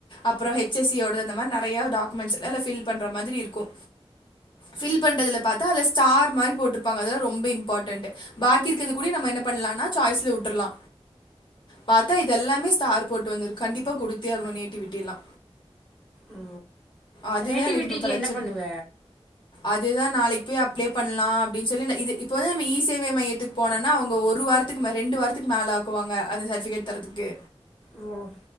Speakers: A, on the left (about 50°); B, in the centre.
A: அப்புறம் ஹச் எஸ் சி யோடது அந்த மாரி நறையா டாக்குமெண்ஸ் அதுல ஃபில் பண்ற மாதிரி இருக்கு ஃபில் பண்றதுல பாத்தா அதுல ஸ்டார் மாரி போட்ருப்பாங்க அதுதா ரொம்ப இம்பாடன்ட்டு பாக்கி இருக்கற்து கூடியு நம்ம என்ன பண்லான்னா சாய்ஸ்ல உட்ருலா பாத்தா இதெல்லாமே ஸ்டார் போட்டு வந்துருக் கண்டிப்பா குடுத்தே ஆகணு நேட்டிவிட்டிலா
B: ஓ
A: அதுதா
B: நேட்டிவிட்டிக்கு
A: எனக்கு இப்ப பிரச்சன
B: என்ன பண்ணுவ
A: அதுதா நாளைக்கு போய் அ ப்ளே பண்லா அப்டின் சொல்லி ந இது இப்போ வந்து நம்ம இ சேவை மையத்துக் போனோனா அவுங்க ஒரு வாரத்துக்கு ம ரெண்டு வாரத்துக்கு மேலாக் குவாங்க அந்த சர்ஃபிகேட் தரதுக்கு
B: ஓ